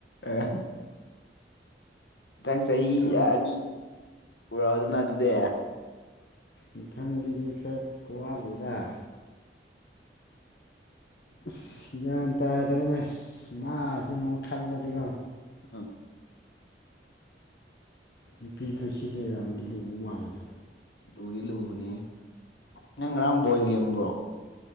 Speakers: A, on the left; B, on the left.
A: ꯑ ꯃꯊꯪ ꯆꯍꯤ
B: ꯊꯥꯡ
A: ꯌꯥꯔꯅꯤ ꯄꯨꯔꯛꯎꯗꯅ ꯑꯗꯨꯗꯤ
B: ꯃꯊꯪꯒꯤꯗꯤ ꯈꯔ ꯋꯥꯠꯂꯤꯗ ꯑꯁ ꯒ꯭ꯌꯥꯟ ꯇꯥꯗ꯭ꯔꯦꯅꯦ ꯃꯥꯁ ꯑꯃꯨꯛ ꯈꯜꯂꯗꯤꯀꯣ
A: ꯑ
B: ꯅꯨꯄꯤ ꯄꯨꯟꯁꯤꯁꯦ ꯌꯥꯝꯗꯤ ꯂꯨꯕ ꯃꯥꯜꯂꯦꯗ
A: ꯂꯨꯗꯤ ꯂꯨꯕꯅꯦ ꯅꯪ ꯉꯔꯥꯡ ꯕꯣꯜ ꯌꯦꯡꯕ꯭ꯔꯣ